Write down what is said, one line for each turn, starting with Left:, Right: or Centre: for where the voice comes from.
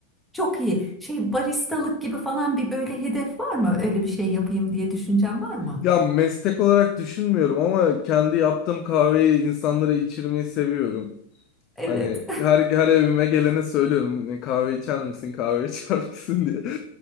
Centre: Çok iyi. Şey baristalık gibi falan bir böyle hedef var mı? Öyle bir şey yapayım diye düşüncen var mı?
Left: Ya meslek olarak düşünmüyorum ama kendi yaptığım kahveyi insanlara içirmeyi seviyorum.
Centre: Evet.
Left: Hani
Centre: <laughs>
Left: her, her evime gelene söylüyorum hani kahve içer misin kahve <laughs> içer misin diye. <laughs>